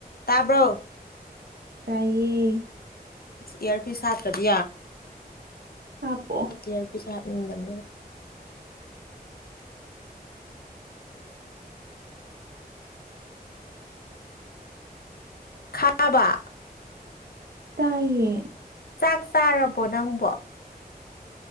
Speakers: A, on the left; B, on the right.
A: ꯇꯥꯕ꯭ꯔꯣ
B: ꯇꯥꯢꯌꯦ
A: ꯏꯌꯔ ꯄꯤ ꯁꯥꯇ꯭ꯔꯗꯤ
B: ꯍꯥꯞꯄꯣ
A: ꯌꯥꯔ ꯄꯩꯁꯥꯞꯅꯤꯗꯅꯤ ꯈꯥꯕ
B: ꯇꯥꯏꯌꯦ
A: ꯆꯥꯛ ꯆꯥꯔꯕꯣ ꯅꯪꯕꯣ